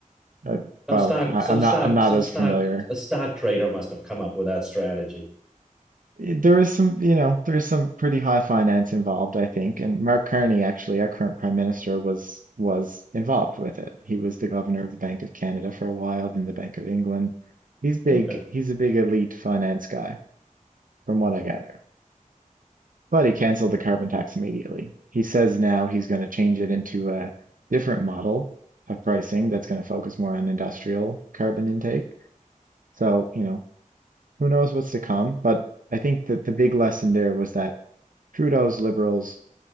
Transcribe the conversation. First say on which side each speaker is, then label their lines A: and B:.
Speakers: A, on the right; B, in the centre.
A: uh,
B: Some
A: well,
B: stock,
A: I,
B: some
A: I'm
B: stock,
A: not I'm not
B: some
A: as
B: stock.
A: familiar.
B: A stock trader must have come up with that strategy.
A: Eh, There is some, you know, there's some pretty high finance involved, I think. And Mark Carney, actually, our current prime minister, was was involved with it. He was the governor of the Bank of Canada for a while, then the Bank of England. He's big.
B: Okay.
A: He's a big elite finance guy, from what I gather. But he canceled the carbon tax immediately. He says now he's going to change it into a different model of pricing that's going to focus more on industrial carbon intake. So, you know, who knows what's to come. But I think that the big lesson there was that Trudeau's liberals